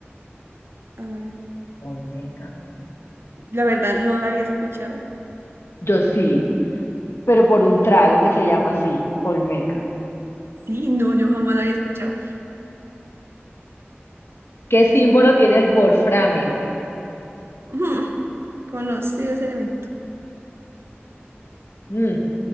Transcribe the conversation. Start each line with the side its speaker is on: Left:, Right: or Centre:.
Right: Ay,
Left: Olmeca.
Right: la verdad, no la había escuchado.
Left: Yo sí, pero por un trago que se llama así, Olmeca.
Right: Sí, no, yo jamás la había escuchado.
Left: ¿Qué símbolo tiene el golframio?
Right: Ujú, Conocido ese elemento.
Left: Mm,